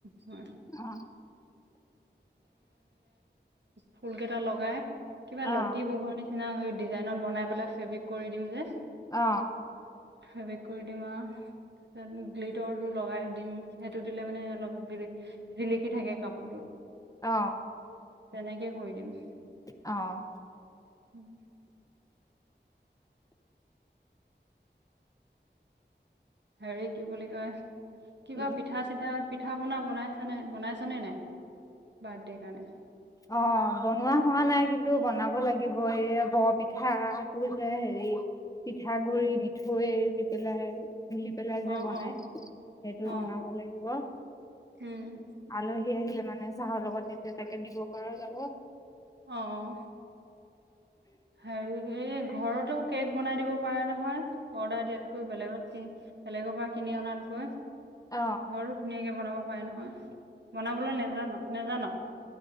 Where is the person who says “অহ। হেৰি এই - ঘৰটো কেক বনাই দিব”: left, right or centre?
Right